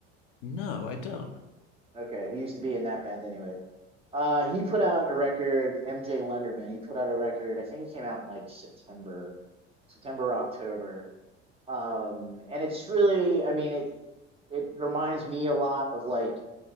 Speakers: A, on the left; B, on the right.
A: No, I don't.
B: Okay, he used to be in that band anyway. Uh, he put out a record. MJ Lenderman. He put out a record. I think it came out in like September, September October. Um, and it's really, I mean, it it reminds me a lot of like